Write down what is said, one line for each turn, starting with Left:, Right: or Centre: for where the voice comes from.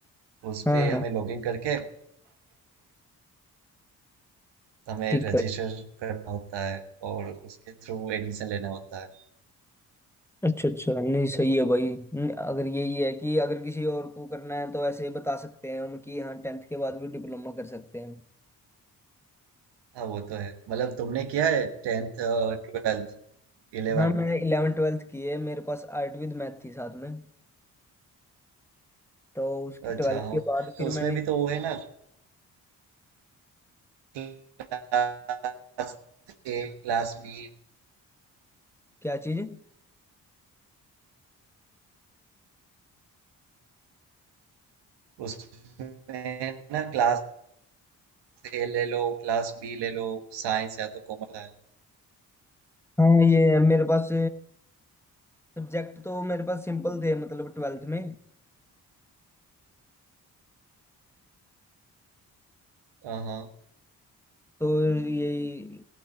Right: उस
Centre: हाँ
Right: पे हमें
Centre: हाँ
Right: लॉगिन करके हमें
Centre: ठीक
Right: रजिस्टर
Centre: है
Right: करना होता है और उसके थ्रू एडमिशन लेना होता है
Centre: अच्छा अच्छा नहीं सही है भाई न- अगर यही है कि अगर किसी और को करना है तो ऐसे बता सकते हैं हम कि हाँ टेंथ के बाद भी डिप्लोमा कर सकते हैं
Right: हाँ वो तो है मतलब तुमने किया है टेंथ ट्वेल्थ इलेवन
Centre: हाँ मैंने इलेवन ट्वेल्थ की है मेरे पास आर्ट विद मैथ थी साथ में तो उस ट्वेल्थ
Right: अच्छा हाँ
Centre: के बाद फिर
Right: तो उसमें
Centre: मैंने
Right: भी तो वो है ना क्लास ए क्लास बी
Centre: क्या चीज़
Right: उसमें ना क्लास ए ले लो क्लास बी ले लो साइंस या तो कॉमर्स है
Centre: हाँ ये है, मेरे पास सब्जेक्ट तो मेरे पास सिंपल थे मतलब ट्वेल्थ में
Right: हाँ
Centre: तो यही